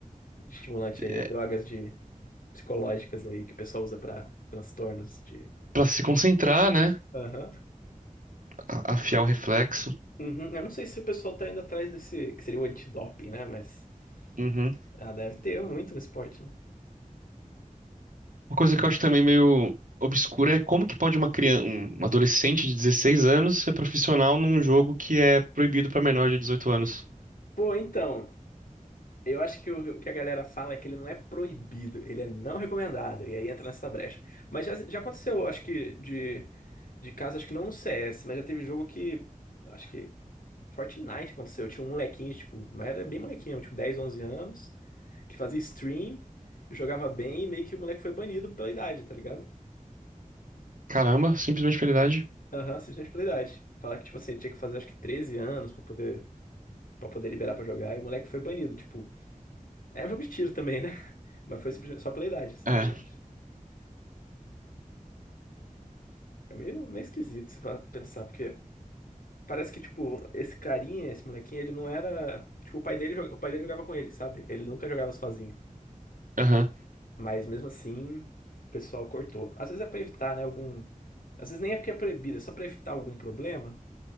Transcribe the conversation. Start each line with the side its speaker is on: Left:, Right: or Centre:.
Left: de estimulante aí,
Right: é,
Left: drogas de psicológicas aí que o pessoal usa pra transtornos de...
Right: para se concentrar, né?
Left: Aham.
Right: A- Afiar o reflexo.
Left: Uhum. Eu não sei se o pessoal tá indo atrás desse, que seria o antidoping, né, mas
Right: Uhum.
Left: ah, deve ter muito no esporte, né?
Right: Uma coisa que eu acho também meio obscura é como que pode uma criança, um adolescente de 16 anos ser profissional num jogo que é proibido pra menor de 18 anos.
Left: Pô, então, Eu acho que o, o que a galera fala é que ele não é proibido, ele é não recomendado, e aí entra nessa brecha. Mas já, já aconteceu, acho que, de, de casos, acho que não no CS, mas já teve jogo que, acho que Fortnite aconteceu, tinha um molequinho, tipo, mas era bem molequinho, tipo 10, 11 anos, que fazia stream, jogava bem, e meio que o moleque foi banido pela idade, tá ligado?
Right: Caramba, simplesmente pela idade.
Left: Aham, assistente pela idade. Falar que, tipo assim, ele tinha que fazer acho que 13 anos pra poder, pra poder liberar pra jogar, e o moleque foi banido, tipo, é um jogo de tiro também, né? <laughs> Mas foi simplesmente só pela idade, só
Right: É,
Left: pela idade. É meio, meio esquisito se para pensar, porque parece que, tipo, esse carinha, esse molequinho, ele não era. Tipo, o pai dele, joga- o pai dele jogava com ele, sabe? Ele nunca jogava sozinho.
Right: aham,
Left: Mas mesmo assim, o pessoal cortou. Às vezes é pra evitar, né? Algum. Às vezes nem é porque é proibido, é só pra evitar algum problema,